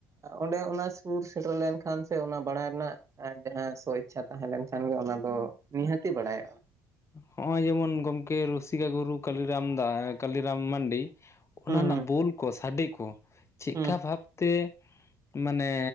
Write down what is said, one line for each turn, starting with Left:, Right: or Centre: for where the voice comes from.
Right: ᱚᱸᱰᱮ ᱚᱱᱟ ᱥᱩᱨ ᱥᱮᱴᱮᱨ ᱞᱮᱱᱠᱷᱟᱱ ᱥᱮ ᱚᱱᱟ ᱵᱟᱲᱟᱭ ᱨᱮᱱᱟᱜ ᱟᱨ ᱡᱟᱦᱟᱸ ᱥᱚ ᱤᱪᱪᱷᱟ ᱛᱟᱦᱮᱸ ᱞᱮᱱᱠᱷᱟᱱ ᱜᱮ ᱚᱱᱟ ᱫᱚ ᱱᱤᱦᱟᱹᱛᱤ ᱵᱟᱲᱟᱭᱚᱜᱼᱟ
Left: ᱦᱚᱸᱜᱼᱚᱭ ᱡᱮᱢᱚᱱ ᱜᱚᱝᱠᱮ ᱨᱩᱥᱤᱠᱟ ᱜᱩᱨᱩ ᱠᱟᱞᱤᱨᱟᱢ ᱫᱟ ᱠᱟᱞᱤᱨᱟᱢ ᱢᱟᱱᱰᱤ ᱚᱱᱟ
Right: ᱦᱩᱸ
Left: ᱨᱮᱱᱟᱜ
Right: ᱦᱩᱸ
Left: ᱵᱩᱞ ᱠᱚ ᱥᱟᱰᱮ ᱠᱚ ᱪᱮᱫᱠᱟ
Right: ᱦᱩᱸ
Left: ᱵᱷᱟᱵᱽ ᱛᱮ ᱢᱟᱱᱮ